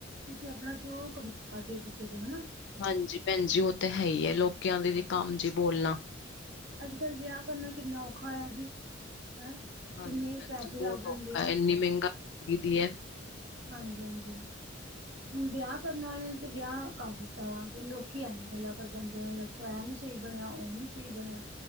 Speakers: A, on the right (about 65°); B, on the left (about 65°).
A: ਤੁਸੀਂ ਆਪਣਾ ਕਉ ਕੰਮ ਕਰਦੇ ਹੋ ਕਿਸੇ ਦੇ ਹਨਾ
B: ਹਾਂਜੀ ਪੈਣ ਜੀ ਉਹ ਤਾਂ ਹੈ ਈ ਏ ਲੋਕੀਆਂ ਦੇ ਵੀ ਕੰਮ ਜੇ ਬੋਲਣਾ
A: ਅੱਜ ਕੱਲ ਵਿਆਹ ਕਰਨਾ ਕਿੰਨਾ ਔਖਾ ਆ ਜੀ ਹੈਂ। ਕਿੰਨੇ
B: ਹਾਂਜੀ -ਹਾਂਜੀ
A: ਪੈਸੇ
B: ਬਹੁਤ
A: ਲੱਗ ਜਾਂਦੇ
B: ਔਖਾ
A: ਆ
B: ਏਨੀ ਮਹਿੰਗਾਈ ਦੀ ਐ
A: ਹਾਂਜੀ, ਹਾਂਜੀ। ਹੁਣ ਵਿਆਹ ਕਰਨ ਵਾਲੇ ਤੇ ਵਿਆਹ ਕਰ ਦਿੱਤਾ ਵਾ, ਤੇ ਲੋਕੀ ਐਵੇਂ ਗੱਲਾਂ ਕਰ ਜਾਂਦੇ ਕੋਈ ਆ ਨੀ ਸਹੀ ਬਣਿਆ, ਉਹ ਨੀ ਸਹੀ ਬਣਿਆ